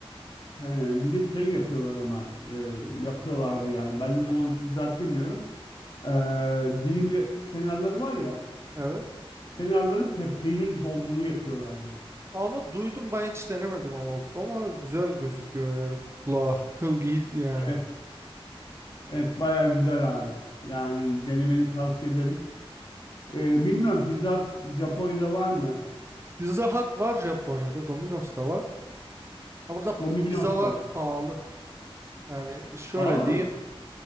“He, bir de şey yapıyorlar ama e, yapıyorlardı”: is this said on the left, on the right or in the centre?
Left